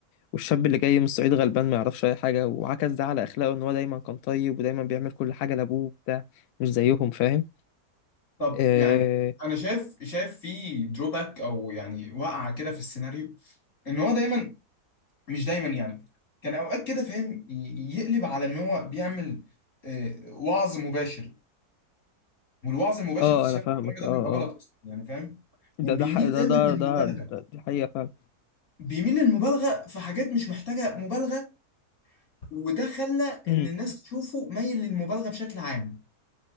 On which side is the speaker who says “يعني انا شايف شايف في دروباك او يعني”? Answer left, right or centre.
Left